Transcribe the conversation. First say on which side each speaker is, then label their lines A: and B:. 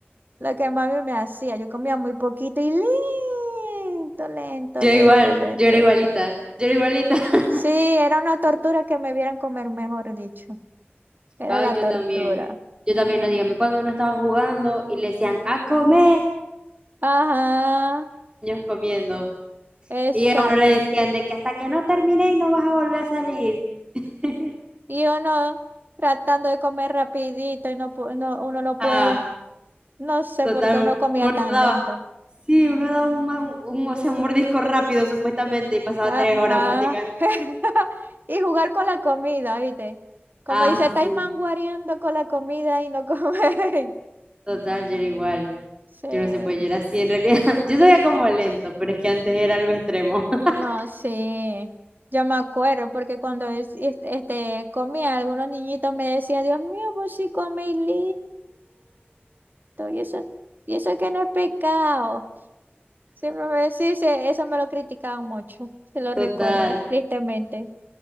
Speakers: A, on the right; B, on the right.
A: lo que mami me hacía. Yo comía muy poquito y lento, lento,
B: Yo
A: lento,
B: igual,
A: lento.
B: yo era igualita, yo era igualita. <laughs>
A: Sí, era una tortura que me vieran comer, mejor dicho. Era
B: Ay,
A: la
B: yo
A: tortura.
B: también, yo también, no dígame, cuando uno estaba jugando y le decían a comer,
A: Ajá,
B: niños comiendo,
A: exacto.
B: y a uno le decían de que hasta que no terminéis no vas a volver a salir. <laughs>
A: Y uno tratando de comer rapidito y no, pu- no- uno no
B: Ah,
A: puede. No sé
B: total,
A: por qué uno comía
B: uno
A: tan
B: daba,
A: lento.
B: sí, uno daba un, ma- un, o sea, un mordisco rápido supuestamente y pasaba
A: Ajá.
B: tres horas masticando.
A: <laughs> Y jugar con la comida, ¿viste? Como
B: Ah,
A: dice, estáis
B: sí,
A: manguareando con la comida y no coméis.
B: total, yo era igual.
A: <laughs>
B: Yo no sé, pues yo era
A: Sí.
B: así en realidad. <laughs> Yo soy como lento, pero es que antes era algo extremo. <laughs>
A: No, sí, yo me acuerdo porque cuando es- este, este, comía, algunos niñitos me decían, Dios mío, vos sí coméis lindo, y eso, y eso que no es pecado. Siempre me sí, sí, eso me lo criticaban mucho, <laughs> se lo
B: Total.
A: recuerdo, tristemente.